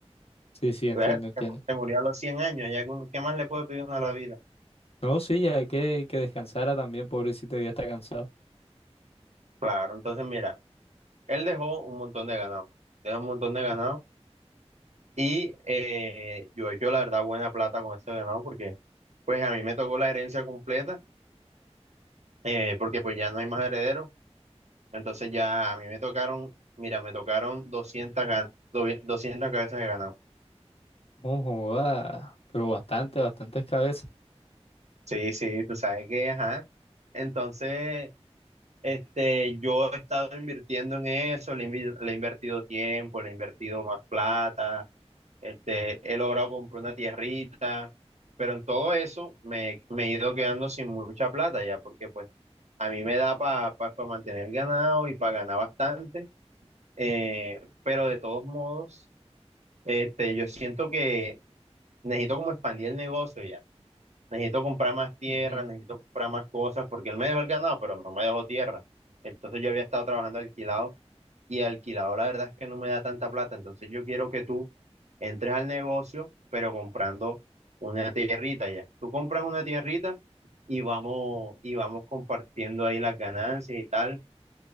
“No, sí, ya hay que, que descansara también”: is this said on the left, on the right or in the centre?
Left